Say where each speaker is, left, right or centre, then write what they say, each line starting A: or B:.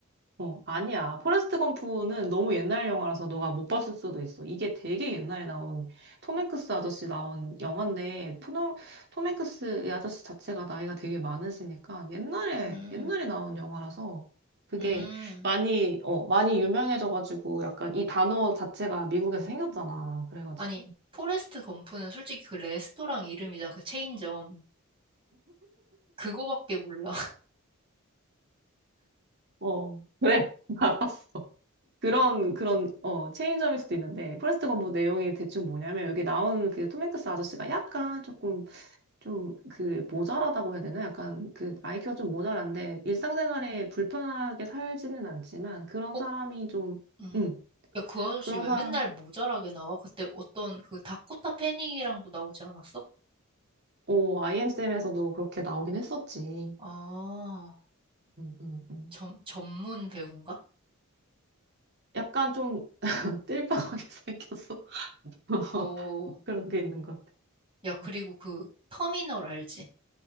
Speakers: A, on the right (about 50°); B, on the right (about 25°).
A: 어, 아니야. 포레스트 검프는 너무 옛날 영화라서 너가 못 봤을 수도 있어. 이게 되게 옛날에 나온 톰 행크스 아저씨 나온 영화인데 토- 톰 행크스 이 아저씨 자체가 나이가 되게 많으시니까 옛날에
B: 음,
A: 옛날에 나온 영화라서 그게
B: 음.
A: 많이 어, 많이 유명해져가지고 약간 이 단어 자체가 미국에서 생겼잖아. 그래가지고
B: 아니, 포레스트 검프는 솔직히 그 레스토랑 이름이잖아, 그 체인점. 그거밖에 몰라. <laughs>
A: 어, 그래. <laughs> 알았어. 그런 그런 어 체인점일 수도 있는데 포레스트 검프 내용이 대충 뭐냐면 여기 나온 그톰 행크스 아저씨가 약간 조금 좀 그 모자라다고 해야 되나? 약간 그 IQ가 좀 모자란데 일상생활에 불편하게 살지는 않지만 그런
B: 어?
A: 사람이 좀,
B: 음.
A: 음,
B: 야, 그 아저씨
A: 그런
B: 왜
A: 사,
B: 맨날 모자라게 나와? 그때 어떤 그 다코타 패닝이랑도 나오지 않았어?
A: 오, IM쌤에서도 그렇게 나오긴 했었지.
B: 아,
A: 음, 음, 음.
B: 전, 전문 배우인가?
A: 약간 좀 <laughs> 띨빵하게 생겼어. <laughs>
B: 어,
A: 그런 게 있는 것 같아.
B: 야, 그리고
A: 응.
B: 그 터미널 알지?